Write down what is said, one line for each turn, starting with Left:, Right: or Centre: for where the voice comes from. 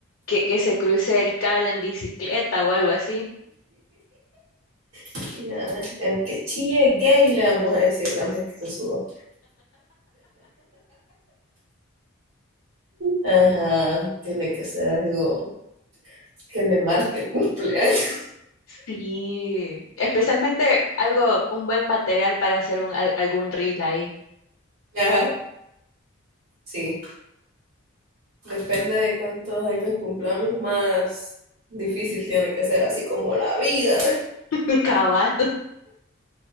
Left: que, que se cruce el cable en bicicleta o algo así.
Right: <laughs> El que chille gay le vamos a decir antes que se suba. Ajá, tiene que ser algo que le marque el cumpleaños.
Left: Sí, especialmente algo, un buen material para hacer un, al- algún reel ahí.
Right: <laughs> Ajá, sí. Depende de cuántos años cumplamos, más difícil tiene que ser, así como la vida.
Left: <laughs> Cabal.